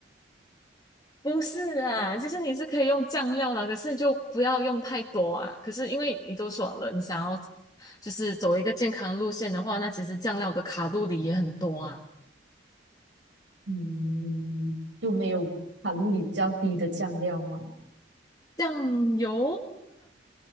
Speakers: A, on the left; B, on the right.
A: 不是啊，其实你是可以用酱料啦，可是就不要用太多啊。可是因为你都说了，你想要就是走一个健康路线的话，那其实酱料的卡路里也很多啊。
B: 嗯，就没有卡路里比较低的酱料吗？
A: 酱油，